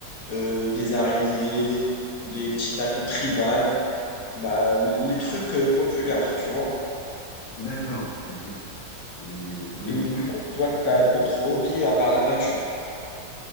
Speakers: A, on the left (about 55°); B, on the left (about 75°).
A: euh, des araignées, des petits tatous tribales, bah, les trucs euh, populaires, tu vois.
B: D'accord. Ok. Et- ah Ouais,
A: Et
B: d'accord.
A: du coup, toi, t'as d'autres hobbies à part la peinture.